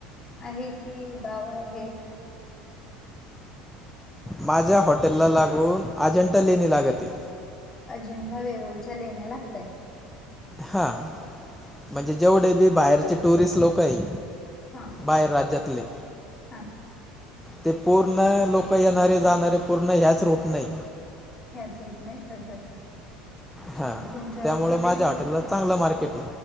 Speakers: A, on the left; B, in the centre.
A: आहे, कि गाव आहे?
B: माझ्या हॉटेलला लागून अजंटा लेणी लागते.
A: अजिंठा वेरोळच्या लेण्या लागतयत.
B: हा. म्हणजे जेवढे बी बाहेरचे टुरिस्ट लोक आहे.
A: हा
B: बाहेर राज्यातले.
A: हां.
B: ते पूर्ण लोक येणारे जाणारे पूर्ण ह्याच रूट नाही.
A: ह्याच रूट न येतात जातात अ,
B: हा
A: तुमच्या
B: त्यामुळे
A: हॉटेल
B: माझ्या हॉटेलला चांगलं मार्केट हे.